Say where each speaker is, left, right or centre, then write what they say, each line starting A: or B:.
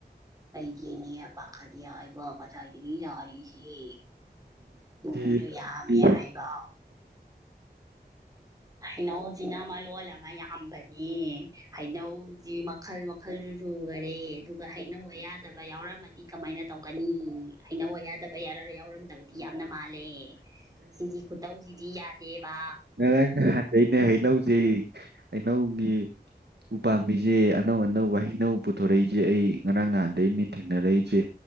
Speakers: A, on the right; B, on the right.
A: ꯑꯩꯗꯤꯅꯦ ꯄꯥꯈꯠꯂꯤ ꯍꯥꯢꯕ ꯉꯁꯥꯏꯗꯒꯤ ꯌꯥꯔꯤꯁꯦ ꯄꯨꯡꯗꯨ
B: ꯍꯦ
A: ꯌꯥꯝꯃꯤ ꯍꯥꯏꯕ ꯍꯩꯅꯧꯖꯤꯅ ꯃꯂꯣꯜ ꯑꯃ ꯌꯥꯝꯕꯅꯦ ꯍꯥꯏꯅꯧꯖꯤ ꯃꯈꯜ ꯃ ꯈꯜ ꯁꯨꯈꯔꯦ ꯑꯗꯨꯒ ꯍꯩꯅꯧ ꯑꯌꯥꯗꯕ ꯌꯥꯎꯔꯝꯃꯗꯤ ꯀꯃꯥꯏꯅ ꯇꯧ ꯀꯅꯤ ꯍꯩꯅꯧ ꯌꯥꯗꯕ ꯌꯥ ꯌꯥꯎꯔꯝꯗꯧꯗꯤ ꯌꯥꯝꯅ ꯃꯥꯜꯂꯦ ꯂꯦ ꯁꯤꯒꯤ ꯈꯨꯇꯧꯁꯤꯗꯤ ꯌꯥꯗꯦꯕ
B: ꯉꯔꯥꯡ ꯅꯍꯥꯟꯗꯩꯅꯦ ꯍꯩꯅꯧꯁꯦ ꯍꯩꯅꯧꯒꯤ ꯎ ꯄꯥꯝꯃꯤꯖꯦ ꯑꯅꯧ ꯑꯅꯧꯕ ꯍꯩꯅꯧ ꯄꯨꯊꯣꯔꯛꯏꯖꯦ ꯑꯩ ꯉꯔꯥꯡ ꯅꯍꯥꯟꯗꯩ ꯅꯤ ꯊꯦꯡꯅꯔꯛꯏꯖꯦ